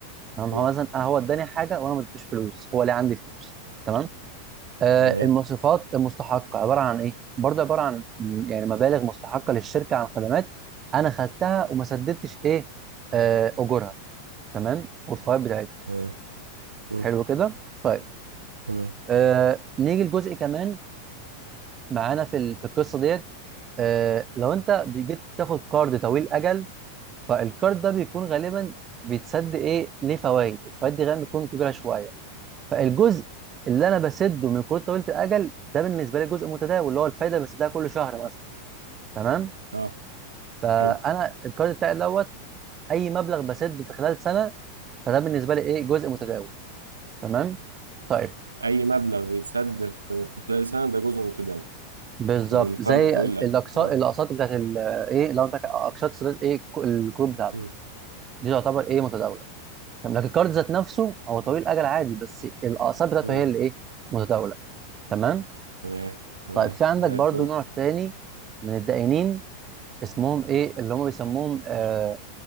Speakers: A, on the right (about 25°); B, on the right (about 75°).
A: تمام
B: مم.
A: هو مثلا آه هو اداني حاجه وانا ما اديتوش فلوس هو ليه عندي فلوس تمام آه
B: تمام
A: المصروفات المستحقه عباره عن ايه برضه عباره عن م- يعني مبالغ مستحقه للشركه عن خدمات انا خدتها وما سددتش ايه آه اجورها تمام والفوائد بتاعتها
B: تمام مم.
A: حلو كده طيب
B: تمام
A: آه نيجي لجزء كمان معانا في ال- في القصه ديت آه لو انت جيت تاخد كارد طويل اجل فالكارد ده بيكون غالبا بيتسد ايه ليه فوائد الفوائد دي غالبا بتكون كبيره شويه فالجزء اللي انا بسده من كروت طويله الاجل ده بالنسبه لي جزء متداول اللي هو الفايده بسدها كل شهر مثلا تمام
B: اه
A: فانا
B: حلو
A: الكارد بتاعي دوت اي مبلغ بسده في خلال سنه فده بالنسبه لي ايه جزء متداول تمام طيب
B: اي مبلغ بيتسد في في خلال سنه ده جزء متداول
A: بالظبط
B: للقرض
A: زي
B: طويل الاجل
A: الاقساط
B: اه
A: الاقساط بتاعت ال- آه، ايه لو انت ك- اقساط سداد ايه ك- الكروت بتاعته
B: مم.
A: دي تعتبر ايه متداوله تمام لكن الكارد ذات نفسه هو طويل الاجل عادي بس الاقساط بتاعته
B: مم.
A: هي اللي ايه متداوله تمام
B: تمام تمام
A: طيب في عندك
B: زي
A: برضو
B: الفل
A: نوع تاني من الدائنين اسمهم ايه اللي هم بيسموهم آه